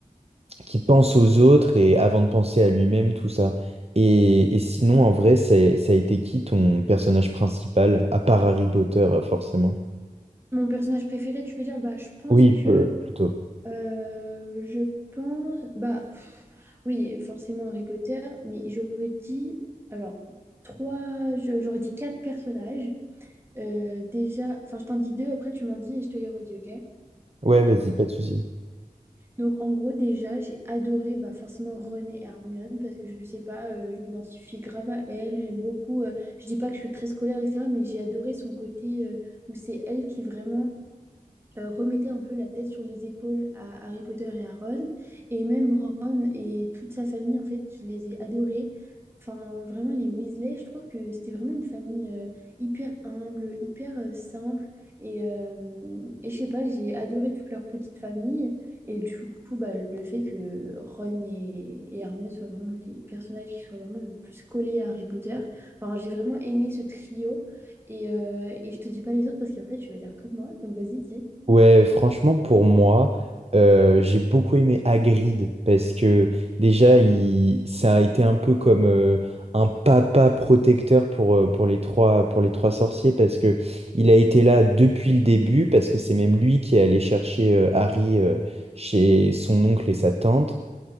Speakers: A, on the right; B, on the right.
A: qui pense aux autres et avant de penser à lui-même, tout ça. Et, et sinon, en vrai, c'est- ça a été qui ton personnage principal, à part Harry Potter, euh, forcément?
B: Mon personnage préféré, tu veux dire, bah, je pense
A: Oui,
B: que
A: peu, plutôt.
B: euh, je pense, bah oui, forcément Harry Potter, mais j'aurais dit, alors, trois, je- j'aurais dit quatre personnages. Euh, déjà, enfin, je t'en dis deux, après tu m'en dis et je te les redis, ok?
A: Ouais, vas-y, pas de souci.
B: Donc, en gros, déjà, j'ai adoré bah, forcément Ron et Hermione parce que je sais pas, euh, je m'identifie grave à elle, j'aime beaucoup, euh, je dis pas que je suis très scolaire, etc., mais j'ai adoré son côté euh, où c'est elle qui vraiment. euh, remettait un peu la tête sur les épaules à Harry Potter et à Ron. Et même Ron et toute sa famille, en fait, je les ai adorés. Enfin, vraiment, les Weasley, je trouve que c'était vraiment une famille euh, hyper humble, hyper euh, simple. Et, euh, et je sais pas, j'ai adoré toute leur petite famille. Et du coup, bah, le fait que Ron et, et Hermione soient vraiment les personnages qui soient vraiment le plus collés à Harry Potter. Enfin, j'ai vraiment aimé ce trio. Et, euh, et je te dis pas les autres parce qu'après, tu vas dire comme moi. Donc, vas-y, dis.
A: Ouais, franchement, pour moi, euh, j'ai beaucoup aimé Hagrid parce que déjà, il, ça a été un peu comme euh, un papa protecteur pour, euh, pour les trois, pour les trois sorciers parce que il a été là depuis le début parce que c'est même lui qui est allé chercher euh, Harry euh, chez son oncle et sa tante.